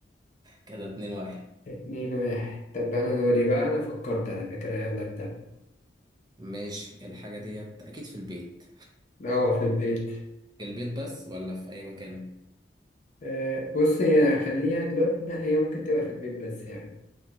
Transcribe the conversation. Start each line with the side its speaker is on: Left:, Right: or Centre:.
Right: كده اتنين واحد
Left: اتنين واحد طب أنا دوري بقى أنا فكرت على فكرة يلا بتاع
Right: ماشي الحاجة ديت أكيد في البيت
Left: قهوة في البيت
Right: في البيت بس ولا في أي مكان
Left: آه، بص هي خليها دلوقتي إن هي ممكن تبقى في البيت بس يعني